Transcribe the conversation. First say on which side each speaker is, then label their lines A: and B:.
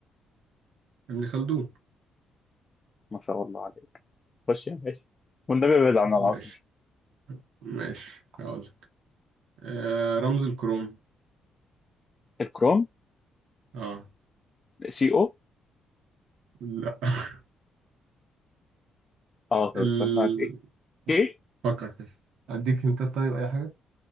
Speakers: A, on the right; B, on the left.
A: ابن خلدون
B: ما شاء الله عليك خش يا باشا والنبي ابعد عن
A: ماشي
B: العاصمة
A: ماشي هقول لك. آه. رمز الكروم
B: الكروم
A: اه
B: سي او
A: لا <laughs>
B: اه طب
A: ال...
B: استنى كي
A: فكر كده أديك هنتات طيب أي حاجة